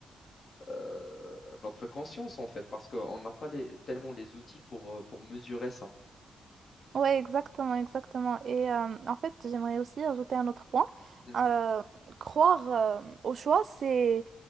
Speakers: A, on the left; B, on the right.
A: euh, notre conscience, en fait, parce qu'on n'a pas les- tellement les outils pour, euh, pour mesurer ça.
B: Ouais, exactement, exactement. Et euh, en fait, j'aimerais aussi ajouter un autre point.
A: Mhm.
B: Euh, croire euh, au choix, c'est